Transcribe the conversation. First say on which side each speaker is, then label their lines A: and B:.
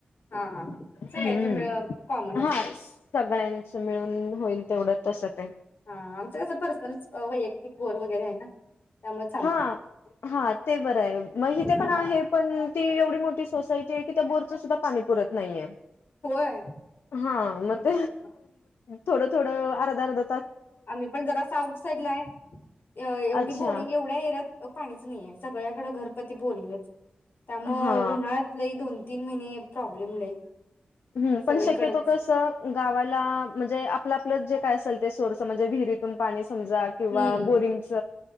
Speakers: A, on the left; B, on the left.
A: हा हा हा सगळ्यांच्या
B: हम्म
A: मिळ कॉमन
B: हा
A: असते
B: सगळ्यांच मिळून होईल तेवढं तस ते
A: हा आमचं कसं पर्सनल वैयक्तिक बोर वगैरे आहे ना त्यामुळे चालते
B: हा, हा ते बरं आहे. मग इथे ते
A: हा
B: पण आहे पण ती एवढी मोठी सोसाय ते तिथं बोर ते सुद्धा पाणी पुरत नाहीये.
A: होय
B: हा, मग
A: हम्म
B: थोडं, थोडं अर्ध, अर्ध
A: आम्ही पण जरास आउट साईडला आहे. अ एवढी
B: अच्छा
A: बोरिंग एवढ्या एरियात पाणीच नाहीये. सगळ्या सगळ्यां घरपती बोरिंगच आहे, त्यामूळं
B: हा
A: उन्हाळ्यात लई दोन, तीन महिने प्रॉब्लेम लई
B: हम्म
A: सगळीकडच
B: पण शक्यतो कस गावाला म्हणजे आपलं आपलं जे काय असेल ते सोर्स म्हणजे विहिरीतून पाणी समजा किंवा
A: हम्म
B: बोरिंगच